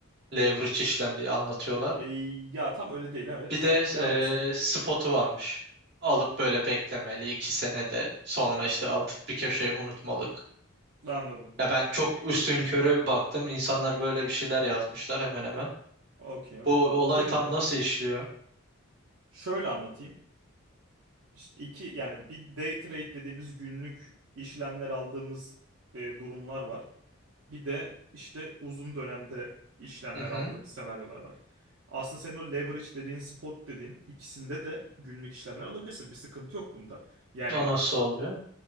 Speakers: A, on the right; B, on the right.
A: Leverage işlem diye anlatıyorlar.
B: E, ya tam öyle değil evet.
A: Bir de
B: Devam et sen.
A: e, spotu varmış. Alıp böyle beklemeli iki senede sonra işte alıp bir köşeye unutmalık.
B: Anladım.
A: Ya ben çok üstünkörü baktım. İnsanlar böyle bir şeyler yazmışlar hemen hemen.
B: Okey okey.
A: Bu olay
B: Şimdi
A: tam nasıl işliyor?
B: şöyle anlatayım. İşte İki yani bir day trade dediğimiz günlük işlemler aldığımız e, durumlar var. Bir de işte uzun dönemde işlemler
A: Hı hı.
B: aldığımız senaryolar var. Aslında senin o leverage dediğin spot dediğin ikisinde de günlük işlemler alabilirsin. Bir sıkıntı yok bunda. Yani
A: O nasıl oluyor?